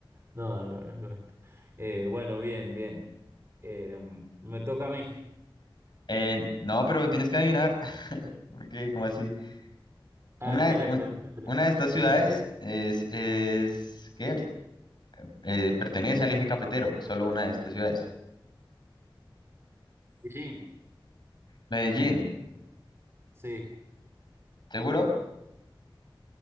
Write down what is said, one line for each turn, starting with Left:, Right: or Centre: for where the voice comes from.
Right: No, al, al oeste. Eh, bueno, bien, bien. Eh, me toca a mí.
Left: Eh, no, pero tienes que adivinar, <laughs> ¿Por ¿Qué? ¿cómo así?
Right: Ah,
Left: Una,
Right: espera,
Left: de- un-
Right: espera, espera.
Left: una de estas ciudades
Right: espera.
Left: es, es ¿qué? Eh, pertenece al eje cafetero, solo una de estas ciudades.
Right: Beijing,
Left: Medellín,
Right: sí.
Left: ¿seguro?